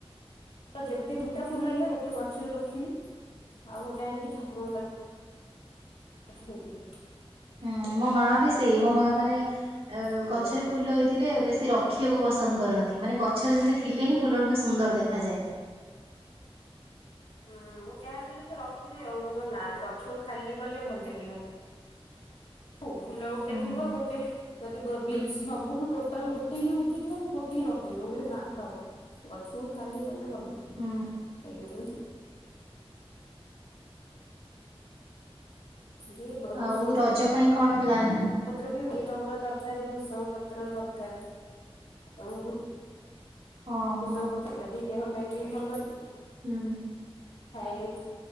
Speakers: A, on the left; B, on the right.
A: ତ ଯେତେ ତିିଟା ଫୁଲ ହେଲେ ଗୋଟେ ଭ ଛରେ ରଖିବି ଆଉ ଗୋଟେ ଆଣିକି ଠାକୁରଙ୍କ ପାଇଁ ର <inaudible> ଖିଦେବି।
B: ହୁଁ ମୋ ମା ବି ସେଇ ମୋ ମା ମାନେ ଏ
A: ଦିଏ
B: ଗଛରେ ଫୁଲ ହେଇଥିଲେ ବେଶୀ ରଖିବାକୁ ପସନ୍ଦ କରନ୍ତି ମାନେ ଗଛରେ ଯେମିତି ଥିଲେ ହିଁ ଫୁଲ ମା ସୁନ୍ଦର ଦେଖାଯାଏ।
A: ହୁଁ ମୁଁ ଯାହା ବିଲେ ତ ରଖିବି ଆଉ ମୁଁ କଇ ନା ଗଛକୁ ଖାଲି କଲେ ଭଲ ଲାଗିବନି। ହଉ ଫୁଲ ଗୋଟେ
B: ହୁଁ
A: ଥିବ ଗୋଟେ ଯଦି ଗୋ ବିଲ୍ସ ହଁ ସବୁଠୁ ଟୋଟାଲ ଗୋଟେ ହିଁ ଉଠିଥିବ ମୁଁ ଗୋଟେ ହିଁ ରଖଦେବି ମୁଁ କହିବି ନା ଥାଉ। ଗଛକୁ ଖାଲି କଲେ ଭଲ
B: ହୁଁ।
A: ଲାଗିବନି। ଯେ ଭୂଷଙ୍ଗ
B: ଆଉ ରଜ ପାଇଁ କଣ ପ୍ଲାନ୍?
A: ପତ୍ର ବି ବୁ ତମର ଦରକାର ଭୂଷମ ପତ୍ର ଦରକାର ତ ବୁ ଭୁ
B: ହଁ
A: ଭୃସଙ୍ଗ
B: ହଁ
A: ପତ୍ର ଏଟା ବି ଦେହ ପାଇଁ ବି ଭଲ ଚୁ
B: ହୁଁ।
A: ଖାଇଲେ ଚୁ